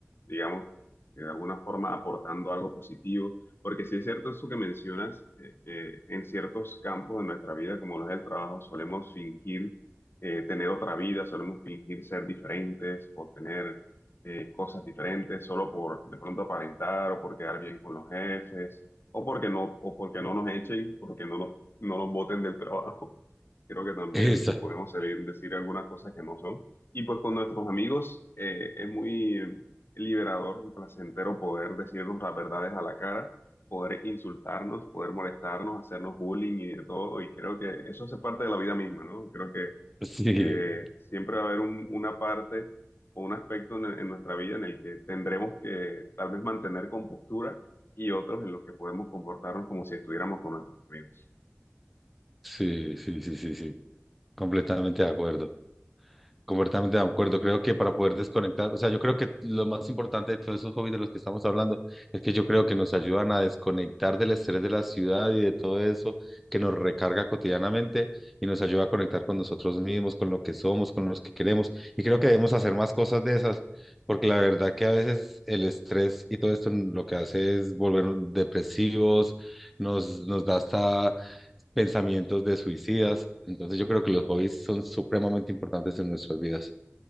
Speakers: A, on the left; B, in the centre.
A: digamos, que de alguna forma aportando algo positivo, porque sí es cierto eso que mencionas, eh, que en ciertos campos de nuestra vida, como los del trabajo, solemos fingir eh, tener otra vida, solemos fingir ser diferentes o tener eh, cosas diferentes solo por de pronto aparentar o por quedar bien con los jefes o porque no o porque no nos echen, porque no nos no nos boten del trabajo. <laughs> Creo que también
B: <laughs> Esa,
A: podemos salir decir algunas cosas que no son. Y pues con nuestros amigos eh, es muy eh, liberador y placentero poder decirnos las verdades a la cara, poder insultarnos, poder molestarnos, hacernos bullying y de todo. Y creo que eso hace parte de la vida misma, ¿no? Creo que
B: sí,
A: eh, siempre va a haber un- una parte o un aspecto en, en nuestra vida en el que tendremos que tal vez mantener compostura y otros en los que podemos comportarnos como si estuviéramos con nuestros amigos.
B: sí, sí, sí, sí, sí, completamente de acuerdo. Completamente de acuerdo. Creo que para poder desconectar, o sea, yo creo que lo más importante de todos esos hobbies de los que estamos hablando es que yo creo que nos ayudan a desconectar del estrés de la ciudad y de todo eso que nos recarga cotidianamente y nos ayuda a conectar con nosotros mismos, con lo que somos, con los que queremos. Y creo que debemos hacer más cosas de esas, porque la verdad que a veces el estrés y todo esto lo que hace es volvernos depresivos, nos, nos da hasta pensamientos de suicidas. Entonces yo creo que los hobbies son supremamente importantes en nuestras vidas.